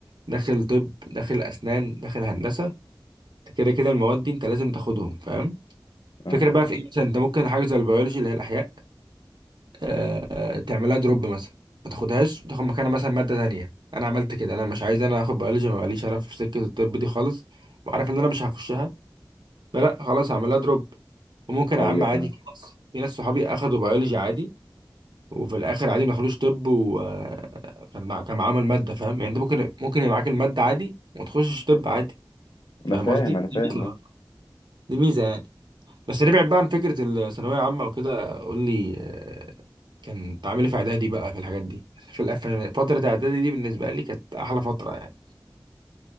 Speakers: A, on the right; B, on the left.
A: داخل طب داخل اسنان داخل هندسه انت كده كده المواد دي انت لازم تاخدهم فاهم
B: اه
A: فكره بقى في ايه مثلا انت ممكن حاجه زي البيولوجي اللي هي الاحياء آه، تعملها دروب مثلا ما تاخدهاش تاخد مكانها مثلا ماده تانية انا عملت كده انا مش عايز انا اخد بيولوجي ما بقاليش انا في سكه الطب دي خالص وعارف ان انا مش هخشها لا لا خلاص هعملها دروب وممكن
B: ايوه
A: يا عم عادي
B: اه
A: في ناس في ناس صحابي اخدوا بيولوجي عادي وفي الاخر عادي ما دخلوش طب وكان مع... كان معاهم الماده فاهم يعني انت ممكن ممكن يبقى معاك الماده عادي وما تخشش طب عادي فاهم
B: انا فاهم
A: قصدي
B: انا فاهم
A: دي ميزه
B: اه
A: دي ميزه يعني بس نبعد بقى عن فكرة الثانوية عامة وكده قول لي آه، كان تعاملي في إعدادي بقى في الحاجات دي في الأف- في فترة إعدادي دي بالنسبة لي كانت أحلى فترة يعني